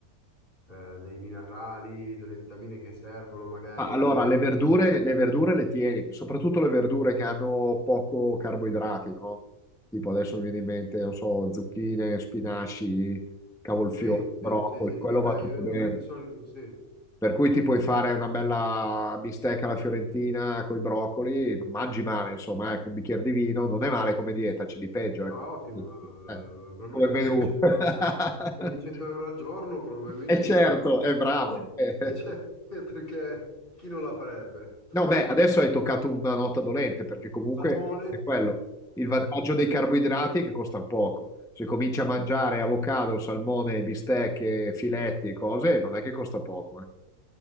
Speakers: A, on the left; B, in the centre.
A: eh, dei minerali, delle vitamine che servono, magari...
B: Ah, allora, le
A: non
B: verdure,
A: so,
B: le verdure le tieni, soprattutto le verdure che hanno poco carboidrati, no? Tipo adesso mi viene in mente, non so, zucchine, spinaci, cavolfiore,
A: Sì,
B: broccoli,
A: sì, sì, sì,
B: quello
A: sì. Beh,
B: va tutto
A: le verdure
B: bene.
A: di solito sì.
B: Per cui ti puoi fare una bella bistecca alla fiorentina con i broccoli, non mangi male, insomma, ecco, un bicchiere di vino, non è male come dieta, c'è di peggio, ecco,
A: No, è ottimo,
B: Eh,
A: eh, probabilmente
B: come menù.
A: spendi 100
B: <laughs>
A: euro, spendi 100 euro al giorno, probabilmente,
B: E certo,
A: però...
B: è bravo.
A: <laughs>
B: Eh.
A: Cioè, eh, perché chi non la farebbe? <laughs>
B: No, beh, adesso hai toccato una nota dolente, perché comunque
A: Salmone?
B: è quello. Il
A: Eh,
B: vantaggio dei carboidrati è che costa poco. Se cominci
A: mm,
B: a mangiare avocado, salmone, bistecche, filetti e cose, non è che costa poco, eh.